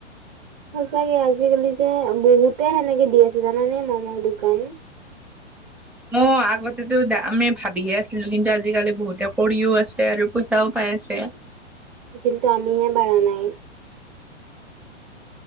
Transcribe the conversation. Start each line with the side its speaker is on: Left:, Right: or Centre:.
Right: সঁচাকে আজিকালি যে বহুতে সেনেকে দি আছে জানানে মমৰ দোকান
Centre: অ আগতেো আমি ভাবিহে আছিলু কিন্তু আজিকালি বহুতে কৰিও আছে আৰু পইচাও পাই আছে
Right: কিন্তু আমিহে পাৰা নাই